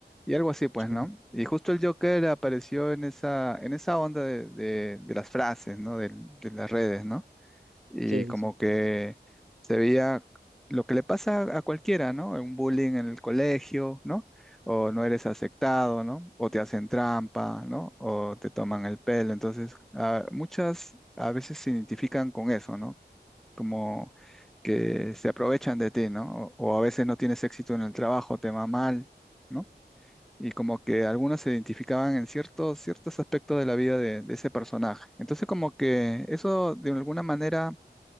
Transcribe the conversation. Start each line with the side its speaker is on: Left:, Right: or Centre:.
Centre: Y algo así, pues,
Right: Sí,
Centre: ¿no? Y justo el Joker apareció en esa, en esa onda de, de- de las frases, ¿no? de de las redes, ¿no? y
Right: sí,
Centre: como
Right: sí,
Centre: que se veía lo que le pasa a cualquiera, ¿no? Un bullying en el colegio, ¿no? O no eres aceptado, ¿no? O te hacen trampa, ¿no? O te toman el pelo. Entonces, ah, muchas a veces se identifican con eso, ¿no? Como que se aprovechan de ti, ¿no? O, o a veces no tienes éxito en el trabajo, te va mal. ¿no? Y como que algunos se identificaban en ciertos, ciertos aspectos de la vida de de ese personaje. Entonces como que eso de alguna manera